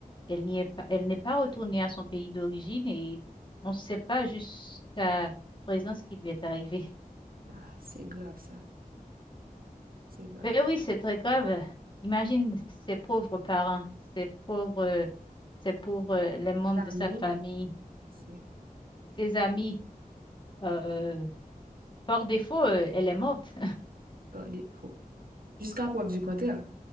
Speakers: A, on the left; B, on the right.
A: elle n'y est pas, elle n'est pas retournée à son pays d'origine et on ne sait pas jusqu'à présent ce qui lui est arrivé. <laughs>
B: Ah, c'est grave ça, c'est grave.
A: Ben oui, c'est très grave. Imagine ses pauvres parents, ses pauvres, ses pauvres, euh, les membres
B: L'ami,
A: de sa famille,
B: c'est
A: ses amis. euh, Par défaut, euh, elle est morte.
B: par défaut. Jusqu'à preuve du contraire.